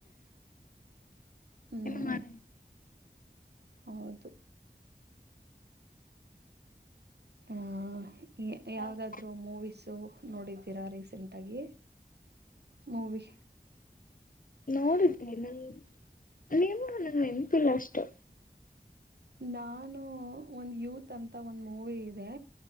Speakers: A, on the right; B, on the left.
A: ಹ್ಮ್
B: ಮಾಡ
A: ಹೌದು ಆಹ
B: ಮಾಡಂಗಿಲ್ಲ
A: ಯಾವದಾದ್ರು ಮೂವೀಸು ನೋಡಿದ್ದೀರಾ ರೀಸೆಂಟ್ ಆಗಿ ಮೂವಿ
B: ನೋಡಿದೆ ನನ್ ನಿಮ್ಮ ನನ್ ನೆನಪಿಲ್ಲ ಅಷ್ಟು
A: ನಾನು ಒಂದ್ ಯೂತ್ ಅಂತ ಒಂದ್ ಮೂವಿ ಇದೆ